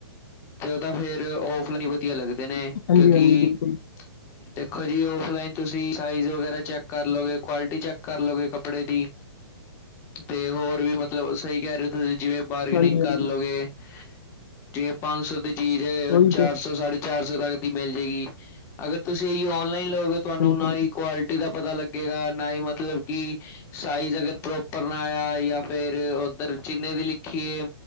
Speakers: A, on the left; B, on the left.
A: ਤੇ ਉਹ ਫੇਰ, ਓਫਲਾਈਨ ਹੀ ਵਧੀਆ ਲੱਗਦੇ। ਹੁੰਦੇਨੇ,
B: ਹਾਂਜੀ
A: ਕਿਉਂਕਿ
B: ਹਾਂਜੀ ਬਿਲਕੁਲ
A: ਦੇਖੋ ਜੀ ਓਫਲਾਈਨ ਤੁਸੀਂ ਸਾਈਜ਼ ਵਗੈਰਾ ਚੈੱਕ ਕਰ ਲੋਗੇ ਕੁਆਲਿਟੀ ਚੈੱਕ ਕਰਲੋਗੇ ਕੱਪੜੇ ਦੀ। ਤੇ ਹੋਰ ਵੀ ਮਤਲਬ ਸਹੀ ਕਹਿ ਰਹੇ ਹੋ ਤੁਸੀਂ ਜਿਵੇਂ ਬਾਰਗਨਿੰਗ
B: ਹਾਂਜੀ
A: ਕਰਲੋਗੇ,
B: ਹਾਂਜੀ
A: ਜੇ ਪੰਜ ਸੌ ਦੀ ਚੀਜ਼
B: ਉਹੀ
A: ਚਾਰ
B: ਤੇ
A: ਸੌ ਸਾਰੀ ਚਾਰ ਸੌ ਤੱਕ ਦੀ ਮਿਲ ਜਾਏਗੀ, ਅਗਰ ਤੁਸੀਂ ਇਹੀ ਔਨਲਾਈਨ ਲਓਗੇ ਤੁਹਾਨੂੰ
B: ਬਿਲਕੁਲ
A: ਨਾ ਹੀ ਕੁਆਲਿਟੀ ਦਾ ਪਤਾ ਲੱਗੇ ਲੱਗੇਗਾ ਨਾ ਹੀ ਮਤਲਬ ਕਿ ਸਾਈਜ਼ ਅਗਰ ਪ੍ਰੋਪਰ ਨਾ ਆਇਆ ਜਾਂ ਫਿਰ ਉਓਧਰ ਜਿੰਨ੍ਹੇ ਦੀ ਲਿਖੀਏ।